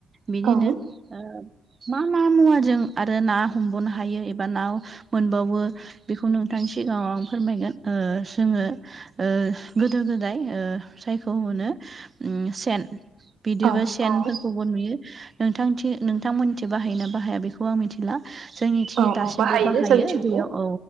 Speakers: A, on the right; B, on the right.
A: बिदिनो
B: औ
A: ओ मा मा मुवाजों आरो ना हमबावनो हायो एबा ना मोनबावो बेखौ नोंथांनि सिगाङाव आं फोरमायगोन ओ जोङो ओ गोदो गोदाय ओ सायखौ होनो उम सेन। बिदिबो
B: औ
A: सेनफोरखौबो
B: औ
A: नुयो नोंथांथि नोंथांमोननिथि बाहायोना बाहाया बेखौ आं मिथिला। जोंनि थि
B: औ
A: दासिमबो
B: औ
A: बाहायो
B: जोंनिथिंबो
A: बेयाव औ